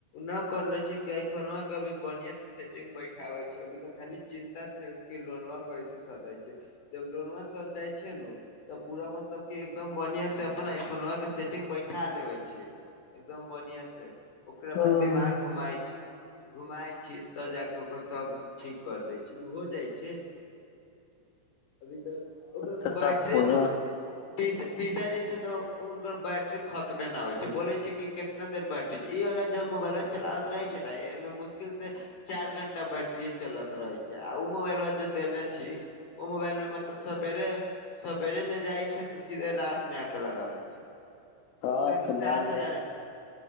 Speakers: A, on the left; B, on the left.
A: न करले छै किया कि फोनमा कभी बढ़िया स सेटिंग बैठाबै छै, अभी तऽ खाली चिन्ता छै, लोनवा कैसे सधै छै। जब लोनवा सध जाइ छै नू, तब पूरा मतलब के एकदम बढ़िया से अपना आई फोनवा के सेटिंग बैठा लेबे छी, एकदम बढ़िया से। ओकरा
B: हँ
A: बाद दिमाग घुमाइ छै। घुमाय छीयै तब जाए के ओकर सब ठीक कर दै छै, उ हो जाए छै। अभी तऽ ओकर
B: तऽ
A: बैटरी
B: सब फोन
A: न
B: ह
A: अ-अ पित पिताजी से तऽ हुनकर बैटरी खत्मे न होय छै बोले छै कि केतना देर बैटरी ई वाला जब मोबाइलवा चलाबत रहै छै नै एमे मुश्किल से चाएर घंटा बैटरिए चलत रहे छै आ उ मोबाइलवा जे देलै छी उ मुबाइल मे मतलब सबेरे-सबेरे ले जाय छै तऽ सीधे रात मे आए क के लगाबै छै
B: ह
A: उ काहैकि
B: तऽ
A: सात
B: नया नया
A: हजार